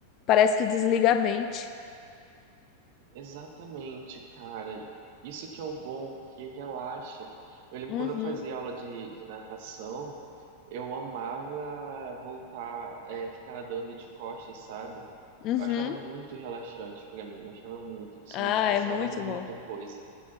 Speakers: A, on the left; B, on the right.
A: Parece que desliga a mente.
B: Exatamente, cara. Isso que é o bom, porque relaxa. Eu lembro
A: Uhum,
B: quando eu fazia aula de, de natação. Eu amava voltar, é, ficar nadando de costas, sabe?
A: uhum.
B: Eu achava muito relaxante pra mim, eu achava muito, que isso
A: Ah,
B: me descansava
A: é muito
B: muita
A: bom.
B: coisa.